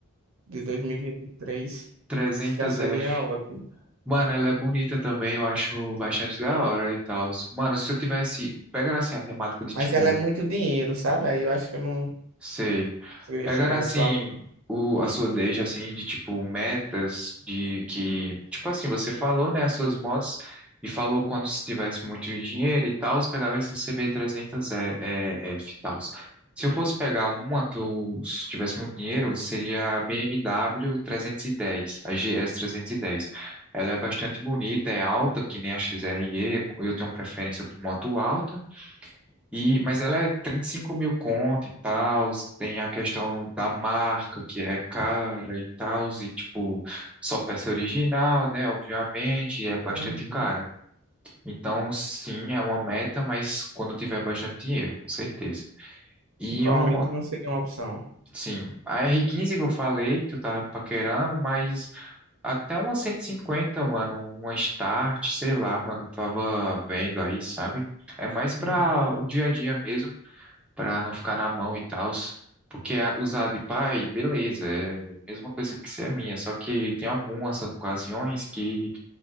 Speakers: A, on the right; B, in the centre.
A: de dois mil e e vinte e três
B: CB300F.
A: já seria ótimo.
B: Mano, ela é bonita também, eu acho bastante da hora e tal. Mano, se eu tivesse, pegando assim a temática de
A: Mas
B: tipo,
A: ela é muito dinheiro, sabe? Aí eu acho que eu não
B: sei.
A: conseguiria
B: Pegando
A: chegar
B: assim
A: nesse valor, não.
B: o, a sua deixa assim de tipo metas de que tipo assim você falou né as suas motos e falou quando se tivesse muito dinheiro e tal, você pegava esse CB300 é, é, F e tal. Se eu fosse pegar uma que eu se tivesse muito dinheiro, seria a BMW 310, a GS 310. Ela é bastante bonita, é alta, que nem a XRE, eu tenho preferência por moto alta. E, mas ela é 35 mil conto e tal, tem a questão da marca que é cara e tal, e tipo, só peça original, né? Obviamente, e é bastante
A: Uhum.
B: cara. Então, sim, é uma meta, mas quando eu tiver bastante dinheiro, com certeza. E
A: Atualmente
B: uma moto,
A: não seria uma opção.
B: sim, a r quinze que eu falei, que eu tava paquerando, mas até uma 150 mano, uma Start, sei lá, mano, eu tava vendo aí, sabe? É mais pra
A: Uhum.
B: o dia a dia mesmo para não ficar na mão e tal. Porque a- usar de pai, beleza, é a mesma coisa que ser minha, só que tem algumas ocasiões que